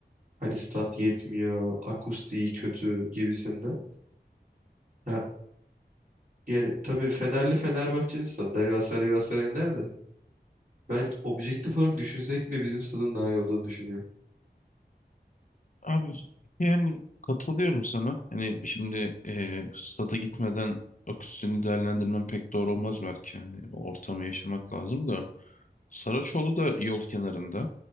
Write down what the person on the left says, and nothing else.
Abi yani katılıyorum sana. Hani şimdi eee stada gitmeden akustisini değerlendirmem pek doğru olmaz belki. Hani o ortamı yaşamak lazım da. Saraçoğlu da yol kenarında.